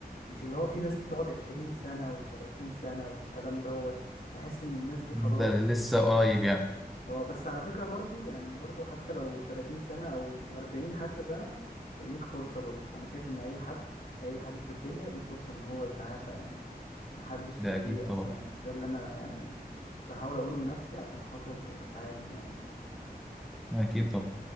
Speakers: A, on the left (about 65°); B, in the centre.
A: مش اللي هو في ناس بتقعد عشرين سنة وتلاتين سنة والكلام دوت بحس ان الناس دي
B: ده
A: خلاص
B: لسه قريب يعني
A: اه بس على فكرة برضو يعني برضو حتى لو 30 سنة او 40 حتى سنة ليك فرصة برضو انا شايف ان اي حد اي حد في الدنيا ليه فرصة ان هو يتعافى يعني محدش
B: ده
A: ييأس
B: اكيد طبعا
A: يعني ده اللي انا يعني بحاول اقوله لنفسي عشان خاطر اتعالج يعني وكده
B: اكيد طبعا